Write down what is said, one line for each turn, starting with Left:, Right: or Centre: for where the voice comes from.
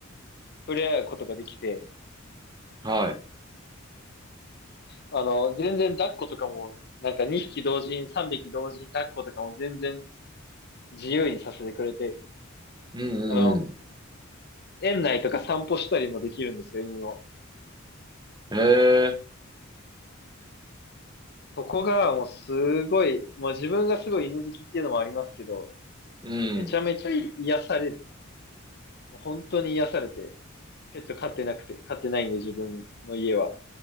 Left: 触れ合うことができて、
Right: はい。
Left: あの、全然抱っことかも、なんか2匹同時に3匹同時に抱っことかも全然自由にさせてくれて、
Right: うんうん
Left: あの、園内とか散歩したりもできるんですよ、犬の。
Right: うん。へえ。
Left: そこがもうすごい、もう自分がすごい犬好きっていうのもありますけど、
Right: うん。
Left: めちゃめちゃ癒される。本当に癒されて、ペット飼ってなくて、飼ってないんで自分の家は。